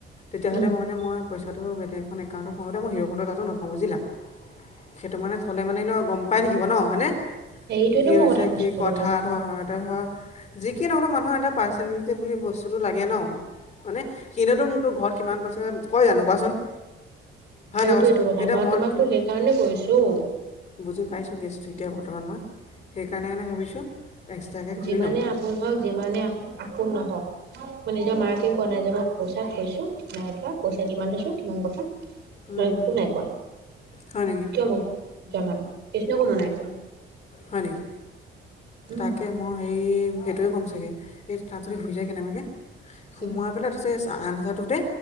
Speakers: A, on the left; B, on the right.
A: তেতিয়াহ'লে
B: উম,
A: মই মানে মইচা বলেগ এউণ্টতোওঁ তে, ইিৰোণ্ড তাতো নথওঁ বুজিলা। সেইটো মানে থ'লে মানে ন গম পাই থাকিব ন হয়নে
B: হেৰিটোৱেতো
A: কি
B: মই
A: হৈছে,
B: কথা কৈছিলোঁ
A: কি কথা।
B: তোমাক।
A: ধৰ এটা ধৰ যি কি নহওঁক মানুহৰ এটা পাৰ্চনেলিটি বুলি বস্তুটো লাগে ন? মানে সিনেতো মোকতো ঘৰত কিমান পইচা, কয় জানো? কোৱাচোন! হয়
B: সেইটোয়েতো
A: নহয় কোৱাচোন
B: কথা!
A: এতিয়া
B: মই তোমাকতো
A: কিম-
B: সেইকাৰণে কৈ আছোঁ!
A: বুজি পাইছোঁ কেছটো এতিয়া বৰ্তমান মই, সেইকাৰণে-কাৰণে ভাবিছোঁ এক্সট্ৰাকৈ খুলি
B: যিমানে
A: ল'ম
B: আপোন হওক, যিমানে আপোন নহওক, মই নিজৰ মাকে কোৱা নাই, যে মই পইচা থৈছোঁ, নাই থোৱা পইচা কিমান থৈছোঁ, কিমান কথা
A: উম,
B: মই একো নাই কোৱা!
A: হয় নেকি
B: কিয় মই জনাম! কৃষ্ণকো মই নাই কোৱা!
A: হয় নেকি?
B: উম,
A: তাকে মই হে' সেইটোৱে ক'ম চাগে, এই তাত যদি শুই যায় কেনেবাকে, সোমোৱাই
B: উম,
A: পেলাই পিছে আন হাজাৰটোতে